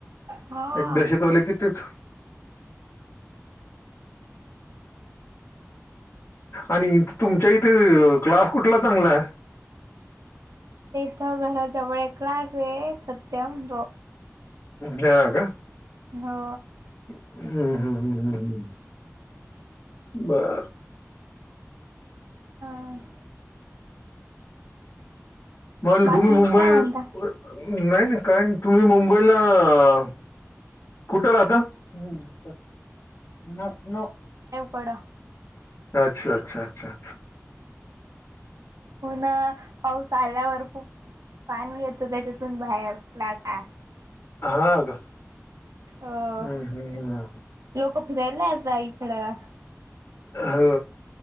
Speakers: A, on the right; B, on the left.
A: हा
B: एकदा शिकवलं की तेच. आणि. तुमच्या इथे क्लास कुठला चांगला ए
A: त्या घराजवळ एक क्लास ए सत्यम तो.
B: हा का.
A: हो.
B: हम्म हम हम् ह हम्. बर
A: हम.
B: बर
A: बाकी
B: तुम्ही मुंबई
A: काय
B: वर.
A: म्हणता
B: नाही ना काय नाही तुम्ही मुंबईलाऽऽ कुठं राहता चल न नो
A: वडा
B: अच्छा अच्छा अच्छा
A: पुन्हा पाऊस आल्यावर खूप पाणी येतं त्याच्यातून बाहेर लाटा
B: हा अ का
A: अं
B: हं, हं, हं.
A: लोक फिरायला येता इकडं
B: हओ